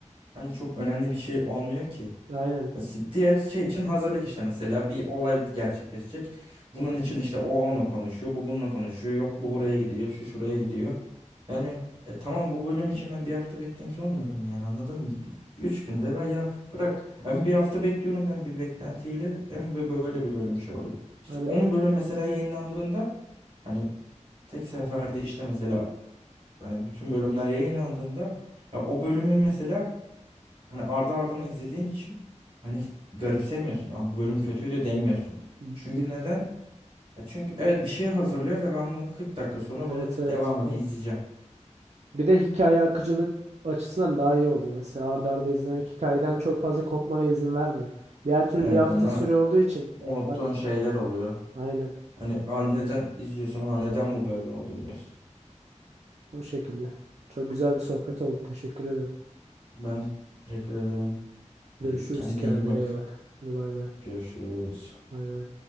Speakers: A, on the right (about 45°); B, on the right (about 65°).
A: hani çok önemli bir şey olmuyor ki.
B: Aynen.
A: Mes- Diğer şey için hazırlık işte mesela bir olay gerçekleşecek. Bunun için işte o onunla konuşuyor, bu bununla konuşuyor. Yok bu buraya gidiyor, şu şuraya gidiyor. Yani e, tamam bu bölüm için ben bir hafta beklemiş olmayayım yani anladın mı? Bir- Üç günde ben ya bırak. Hem bir hafta bekliyorum ben bir beklentiyle hem bö- böyle bir bölüm şey oluyor. İşte
B: Hani
A: 10 bölüm mesela yayınlandığında hani tek seferde işte mesela hani bütün bölümler yayınlandığında ya o bölümü mesela Hani ardı ardına izlediğin için hani garipsemiyorsun. Abi bu bölüm kötüydü demiyorsun.
B: bir,
A: Çünkü neden? E Çünkü evet bir şey hazırlıyor ve ben bunu 40 dakika sonra
B: evet
A: bunun
B: evet.
A: devamını izleyeceğim.
B: Bir de hikaye akıcılık açısından daha iyi oluyor. Mesela arda arda izlemek hikayeden çok fazla kopmana izin vermiyor. Diğer türlü
A: Evet
B: bir hafta
A: bunlar
B: süre olduğu için
A: unuttuğun
B: A-
A: şeyler oluyor.
B: aynen.
A: Hani "Aa, neden izliyorsun? Aa, neden bu böyle oldu diyorsun.
B: O şekilde. Çok güzel bir sohbet oldu. Teşekkür ederim.
A: Ben teşekkür ederim.
B: Görüşürüz.
A: E, Kendine
B: Kendine
A: iyi bak.
B: iyi bak. Hadi bay bay.
A: Görüşürüz.
B: Bay bay.